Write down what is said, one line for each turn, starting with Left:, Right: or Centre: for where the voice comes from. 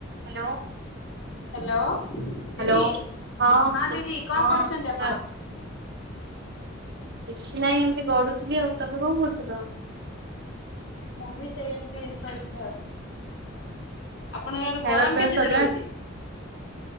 Right: Hello.
Left: Hello
Right: hello
Left: ଦିଦି ହଁ
Right: ସୁ
Left: ଦିଦି କଣ
Right: ହଁ
Left: କରୁଛନ୍ତି
Right: ସୁଭା
Left: ଆପଣ?
Right: କିଛି ନାହିଁ ଏମିତି ଗଡୁଥିଲି ଆଉ ତମେ କଣ କରୁଥିଲ?
Left: ମୁଁ ବି ସେ ଏମିତି ଶୋଇଥିଲି ଆଉ ଆପଣଙ୍କ ଆଡେ
Right: ଖାଇବା
Left: ଗରମ
Right: ପିଇବା
Left: କେତେ
Right: ସରିଲା?
Left: ଜୋର ହଉଛି?